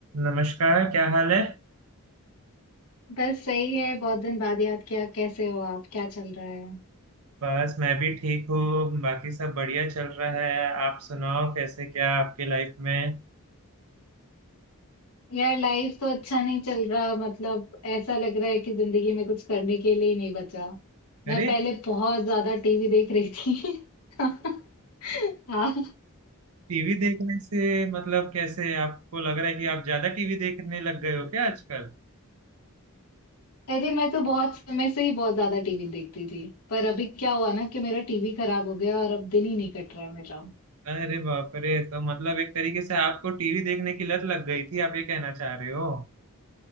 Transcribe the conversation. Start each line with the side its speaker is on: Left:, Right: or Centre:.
Right: नमस्कार क्या हाल है
Left: बस सही है बहुत दिन बाद याद किया कैसे हो आप क्या चल रहा है
Right: बस मैं भी ठीक हूँ बाकी सब बढ़िया चल रहा है आप सुनाओ कैसे क्या आपके लाइफ में
Left: यार लाइफ तो अच्छा नहीं चल रहा मतलब ऐसा लग रहा है कि जिंदगी में कुछ करने के लिए ही नहीं बचा
Right: अरे
Left: मैं पहले बहुत ज्यादा टीवी देख रही थी <laughs> हाँ
Right: टीवी देखने से मतलब कैसे आपको लग रहा है कि आप ज्यादा टीवी देखने लग गए हो क्या आजकल
Left: अरे मैं तो बहुत समय से ही बहुत ज्यादा टीवी देखती थी पर अभी क्या हुआ ना कि मेरा टीवी खराब हो गया और अब दिन ही नहीं कट रहा है मेरा
Right: अरे बाप रे तो मतलब एक तरीके से आपको टीवी देखने की लत लग गई थी आप ये कहना चाह रहे हो